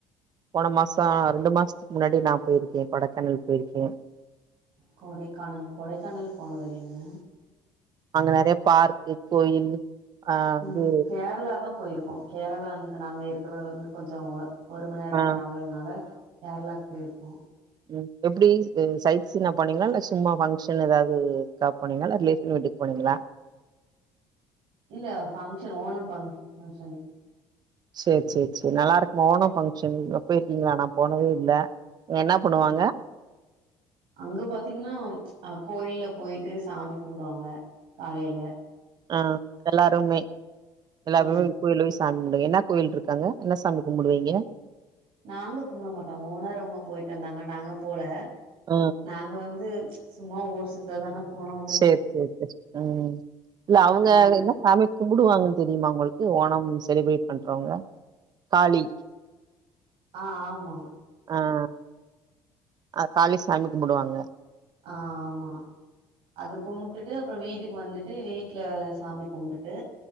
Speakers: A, on the right; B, on the right.
A: போன மாசோம் ரெண்டு மாசத்துக்கு முன்னாடி நா போயிருக்கேன் கொடைக்கானல் போயிருக்கே
B: கொடைக்கானல் கொடைக்கானல் போனது இல்லைங்க
A: அங்க நெறைய பார்க் கோயில் ஆ
B: உம்
A: இது
B: கேரளா தான் போயிருக்கோம் கேரளாந்து நாங்க இருக்கிறதுல இருந்து கொஞ்சோ ஒரு மணி நேரோம்
A: ஆ
B: ட்ராவல்னால கேரளாக்கு போயிருக்கோம்
A: உம் எப்டி சைட் சீனா போனீங்களா இல்ல சும்மா ஃபங்க்ஷன் ஏதாவதுக்கா போனீங்களா ரிலேஷன் வீட்டுக்கு போனீங்களா
B: இல்ல பங்க்ஷன் ஓணம் பங்ஷன்
A: சேரி சேரி சேரி நல்லா இருக்கு ஓணம் பங்க்ஷன் போயிருக்கீங்களா நான் போனதே இல்ல என்ன பண்ணுவாங்க
B: ஆ அங்க பாத்தீங்கன்னா அ கோயில்ல போயிட்டு சாமி கும்புடுவாங்க காலையில
A: ஆ எல்லாருமே எல்லாரும்
B: ம்
A: கோயில சாமி குமுடுங்க என்ன கோயில் இருக்கு அங்க என்ன சாமி குமுடுவீங்க
B: நாங்க கும்புட மாட்டோம் ஓனர் அவுங்க போயிட்டு வந்தாங்க நாங்க போல
A: ஆ
B: நாங்க வந்து சும்மா ஊர் சுத் அ தான போனோம்
A: சேரி சேரி சேரி உம் இல்ல அவுங்க
B: அ நாங்க
A: என்ன சாமி கும்புடுவாங்கன்னு தெரியுமா உங்களுக்கு ஓணம் செலிப்ரேட் பண்றவங்க காளி
B: ஆ ஆமா
A: ஆ அ அ காளி சாமி கும்புடுவாங்க
B: ஆமா அது கும்டுட்டு அப்புற வீட்டுக்கு வந்துட்டு வீட்ல சாமி கும்புடுட்டு